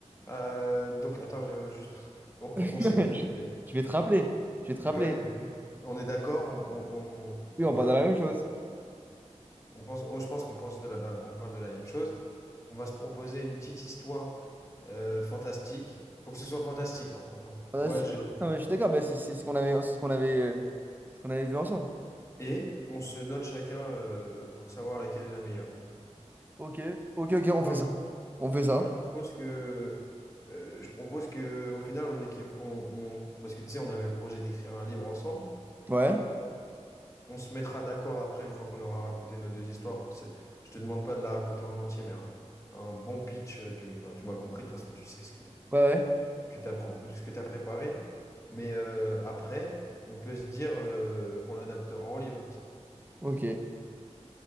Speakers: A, on the left; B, on the right.
A: Euh, donc, attends, je, juste, <laughs> on,
B: <laughs> Je
A: on s'est pas dit.
B: je vais te rappeler. Je vais te rappeler.
A: Ouais, mais on est d'accord, on, on, on-
B: Oui,
A: on
B: on
A: va,
B: parle de la même chose.
A: on pense, oh, je pense qu'on pense de la, on parle de la même chose. On va se proposer une petite histoire euh, fantastique. Faut que ce soit fantastique, par contre. hein.
B: Ah,
A: Moi,
B: si.
A: j'ai.
B: Non, mais je suis d'accord, bah, c'est c'est ce qu'on avait, c'est ce qu'on avait, euh, ce qu'on avait vu ensemble.
A: Et on se note chacun euh, pour savoir laquelle est la meilleure.
B: Ok, ok, ok, on fait
A: Ouais.
B: ça. On fait ça.
A: Moi, je propose que, euh, je propose que, au final, on équiv- on, on- parce que tu sais, on avait le projet d'écrire un livre ensemble.
B: Ouais,
A: On se mettra d'accord après, une fois qu'on aura raconté nos deux histoires. C'est- Je te demande pas de la raconter en entier, mais un, un bon pitch. euh, Tu, enfin, tu m'as compris, de toute façon, tu sais ce que,
B: ouais, ouais.
A: que tu as, ce que tu préparé. Mais euh, après, on peut se dire euh, qu'on l'adaptera en livre, ça.
B: Ok.